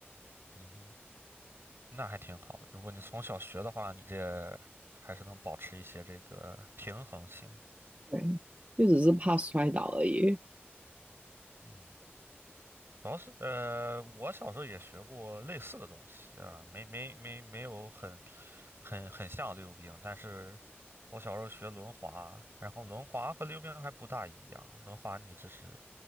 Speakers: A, on the right; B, on the right.
A: 嗯哼。那还挺好的。如果你从小学的话，你这还是能保持一些这个平衡性的。
B: 对，就只是怕摔倒而已。
A: 嗯，主要是呃，我小时候也学过类似的东西啊，没没没没有很很很像溜冰，但是我小时候学轮滑，然后轮滑和溜冰还不大一样，轮滑你只是